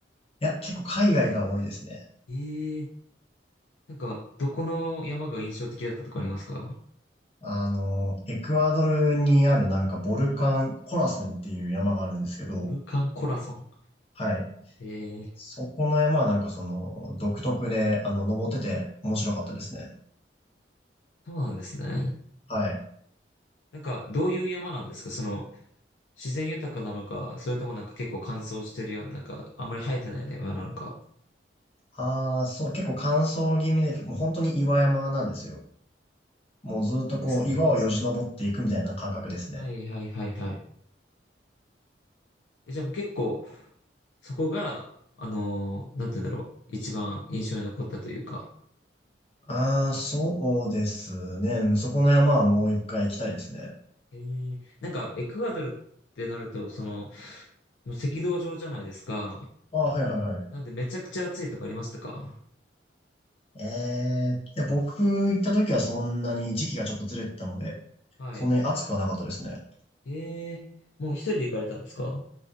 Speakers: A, on the left; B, on the left.
A: や、結構海外が多いですね。
B: ええなんか、どこの山が印象的だったとかありますか
A: あの、エクアドルにあるなんかボルカン、コラソンっていう山があるんですけど、
B: ボルカンコラソン。
A: はい。
B: ええ
A: そこの山はなんかその独特で、あの、登ってて面白かったですね。
B: そうなんですね。
A: はい。
B: なんか、どういう山なんですかその、自然豊かなのか、それともなんか結構乾燥してるような、なんか、あんまり生えてないような山なのか。
A: ああ、そう、結構乾燥気味で、もう本当に岩山なんですよ。もうずっとこう、
B: そうなんですね。
A: 岩をよじ登っていくみたいな感覚ですね。
B: はいはいはいはい。え、じゃあもう結構、そこが、あのーなんて言うんだろう。一番印象に残ったというか。
A: ああ、そうですね。うんそこの山はもう一回行きたいですね。
B: えー、なんか、エクアドルってなると、その、もう赤道上じゃないですか。
A: ああ、はいはいはい。
B: なんでめちゃくちゃ暑いとかありましたか
A: ええ、いや、僕行った時はそんなに時期がちょっとずれてたので、
B: はい。
A: そんなに暑くはなかったですね。
B: えー、もう一人で行かれたんですか